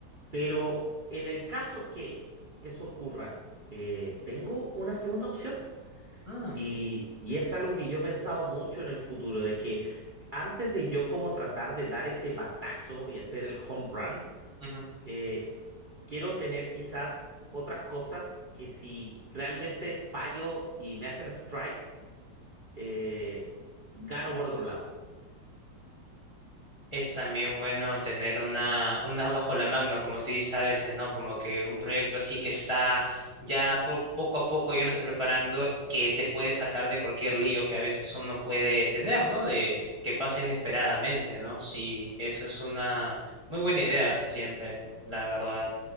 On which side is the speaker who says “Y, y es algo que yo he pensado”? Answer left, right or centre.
Right